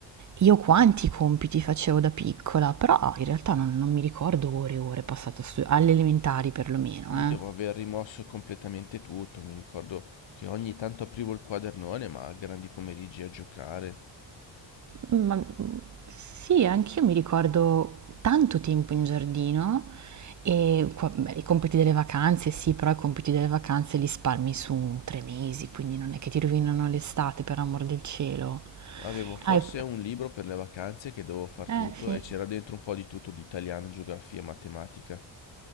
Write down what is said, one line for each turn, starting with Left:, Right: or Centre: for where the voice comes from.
Right: io quanti compiti facevo da piccola, però in realtà non, non mi ricordo ore e ore passate a studiare, alle elementari perlomeno,
Left: Io devo
Right: eh.
Left: aver rimosso completamente tutto. Mi ricordo che ogni tanto aprivo il quadernone, ma a grandi pomeriggi a giocare.
Right: Ma sì, anch'io mi ricordo tanto tempo in giardino e qua- beh, i compiti delle vacanze, sì, però i compiti delle vacanze li spalmi su tre mesi, quindi non è che ti rovinano l'estate, per amor del cielo.
Left: Avevo forse
Right: Hai-
Left: un libro per le vacanze che dovevo far
Right: eh,
Left: tutto
Right: sì.
Left: e c'era dentro un po' di tutto di italiano, geografia, matematica.